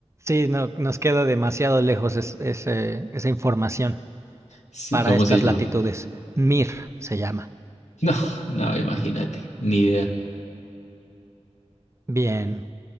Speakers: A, on the right; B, on the left.
A: Sí, no, nos queda demasiado lejos es- ese- esa información.
B: Sí,
A: para
B: ¿cómo
A: estas
B: se llama?
A: latitudes. MIR se llama.
B: No, no, imagínate, ni idea.
A: Bien.